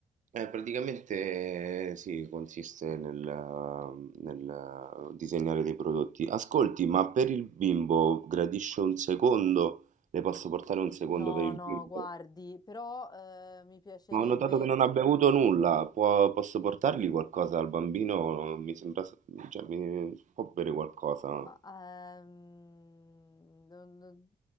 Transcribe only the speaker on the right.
eh, praticamente eh, sì, consiste nel, eh, nel, eh, disegnare dei prodotti. Ascolti, ma per il bimbo gradisce un secondo? Le posso portare un secondo
per il
bimbo?
Ma ho notato che non ha bevuto nulla. Può- posso portargli qualcosa al bambino? Mi sembra, cioè, mi- può bere qualcosa.